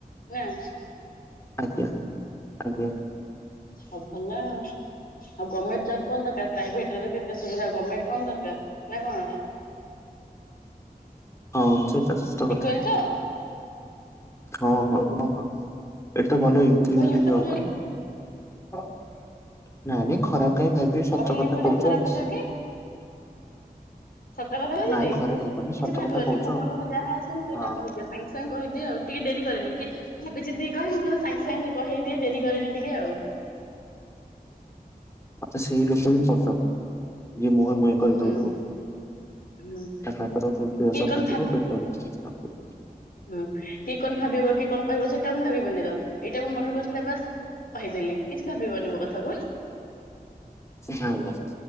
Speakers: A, on the left (about 65°); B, on the left (about 20°).
A: ନାଁ।
B: ଆଜ୍ଞା ଆଜ୍ଞା।
A: ଆଉ ଭଲ ଆଉଁ। ଆଉ ଗରମେଣ୍ଟ ଜବ୍ କଣ ଦରକାର ପ୍ରାଇଭେଟରେ ଯଦି ଏତେ ସୁବିଧା ଗରମେଣ୍ଟ କଣ ଦରକାର ନାଁ କଣ?
B: ହଁ ଓ ସେଇଟା ତ ସତ
A: ଠିକ
B: କଥା।
A: କହିଲି ତ
B: ହଁ ହଁ ହଁ ହଁ ଏଟା ଭଲ ଇନକ୍ରିମେଣ୍ଟ
A: କହିଲି ଖରାପ,
B: ବି ହବ ନାଁ। ନାଇଁ ନାଇଁ ଖରାପ କାହିଁ ଭାବି ସତ
A: କହିଲି
B: କଥା
A: ବୋଲି
B: କହୁଛ
A: ଖରାପ
B: ଆଉଁ।
A: ବୁଝ କି? ସତ କଥା ହେଲା ନାଁ
B: ନାଇଁ
A: ନାହିଁ।
B: ଖରାପ ଭାବନି
A: କିଛି
B: ସତ
A: ଭାବିବନି
B: କଥା କହୁଛ
A: ମୋ
B: ଆଉ
A: ମନକୁ ଯାହା ଆସେ ମୁଁ ସେଇଟା
B: ହଁ।
A: କହିଦିଏ। ସାଙ୍ଗେ ସାଙ୍ଗେ କହିଦିଏ ଆଉଁ ଟିକେ ଡେରି କରେନି କି ଭାବି ଚିନ୍ତି କହେ ମୁଁ କିନ୍ତୁ ସାଙ୍ଗେ ସାଙ୍ଗେ କହିଦିଏ ଡେରି କରେନି ଟିକେ ଆଉ
B: ମୋତେ ସେଇ ଲୋକ ହିଁ ପସନ୍ଦ ଯିଏ ମୁହେଁ ମୁହେଁ କହିଦଉଥିବ।
A: ହୁଁ ହୁଁ
B: ତା ତାଙ୍କର ହୃଦୟ
A: କିଏ
B: ସଫା
A: କଣ ଭାବ
B: ଥିବ ପେଟ ଭିତରେ କିଛି ନଥିବ।
A: ହୁଁ କି କଣ ଭାବିବ କି କଣ କହିବ ସେଇଟା ମୁଁ ଭାବିବିନି ତ ଏଇଟା ମୋ ମନକୁ ଆସିଲା ବାସ କହିଦେଲି କିଛି ଭାବିବନି ମୋ କଥା କୁ ହେଲା।
B: ସାଙ୍ଗ